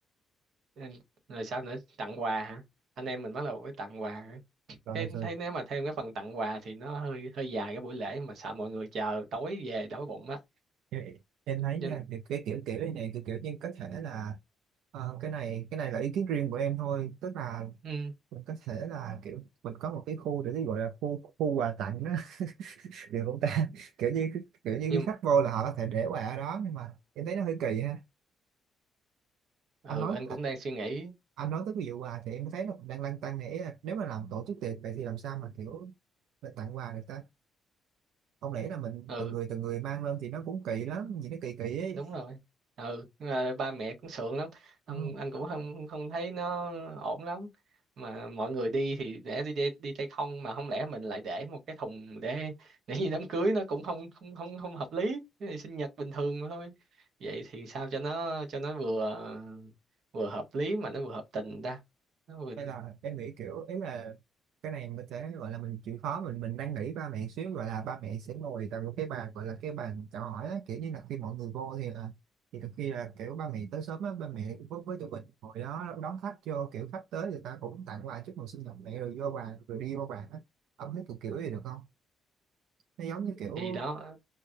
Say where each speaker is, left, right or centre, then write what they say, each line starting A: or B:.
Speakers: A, on the right; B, on the right.
A: ờ, rồi sao nữa tặng quà hả anh em mình bắt đầu với tặng quà
B: <laughs> rồi
A: cái
B: thường
A: thấy nếu mà thêm cái phần tặng quà thì nó hơi hơi dài cái buổi lễ mà sợ mọi người chờ tối về đói bụng á
B: em em thấy
A: nhưng
B: nha thì cái kiểu kiểu này này kiểu kiểu nhưng có thể là ờ, cái này cái này là ý kiến riêng của em thôi tức là
A: ừ,
B: mình có thể là kiểu mình có một cái khu để cái gọi là khu khu quà tặng đó <laughs> được không ta kiểu như kiểu như
A: nhưng
B: khi khách vô là họ có thể để quà ở đó nhưng mà em thấy nó hơi kỳ ha
A: ừ
B: anh nói
A: anh cũng đang suy nghĩ
B: anh nói tới cái vụ quà thì em thấy nó cũng đang lăn tăn nè ý là nếu mà làm tổ chức tiệc vậy thì làm sao mà kiểu mình tặng quà được ta không lẽ là mình
A: ừ
B: từng người từng người mang lên thì nó cũng kỳ lắm nhìn nó kỳ kỳ ấy
A: đúng rồi ừ à, ba mẹ cũng sượng lắm ông
B: Ừ.
A: anh cũng không không thấy nó ổn lắm mà mọi người đi thì để đi đi, đi tay không mà không lẽ mình lại để một cái thùng để để như đám cưới nó cũng không không không không hợp lý Cái này sinh nhật bình thường mà thôi vậy thì sao cho nó cho nó vừa vừa hợp lý mà nó vừa hợp tình ta nó vừa,
B: hay là em nghĩ kiểu ấy là cái này mình có thể gọi là mình chịu khó mình mình đang nghĩ ba mẹ xíu gọi là ba mẹ sẽ ngồi tại một cái bàn gọi là cái bàn chào hỏi á, kiểu như là khi mọi người vô thì là thì đôi khi là kiểu ba mẹ tới sớm á ba mẹ với, với tụi mình ngồi đó đón khách vô kiểu khách tới người ta cũng tặng quà chúc mừng sinh nhật mẹ rồi vô bàn rồi đi vô bàn á ông thấy kiểu kiểu gì được không nó giống như kiểu
A: thì đó